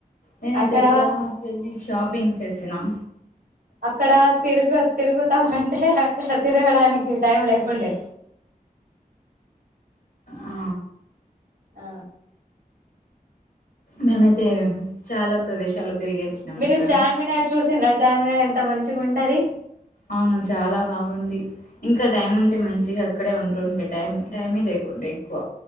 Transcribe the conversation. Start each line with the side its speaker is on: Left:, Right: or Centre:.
Left: నేనైతే
Right: అక్కడ
Left: వెళ్ళి షాపింగ్ చేసినాం
Right: అక్కడ తిరుగు తిరుగుతామ అంటే అక్కడ తిరగడానికి టైం లేకుండే
Left: ఆ
Right: ఆ
Left: మేమైతే చాలా ప్రదేశాలు తిరిగి వచ్చినాం
Right: మీరు
Left: అక్కడ
Right: చార్మినార్ చూసిన రా చా ఎంత మంచిగ ఉంటది
Left: అవును చాలా బాగుంది. ఇంకా టైం ఉంటే, మంచిగా అక్కడే ఉంటుంటే, టైం టైమే లేకుండా ఎక్కువ.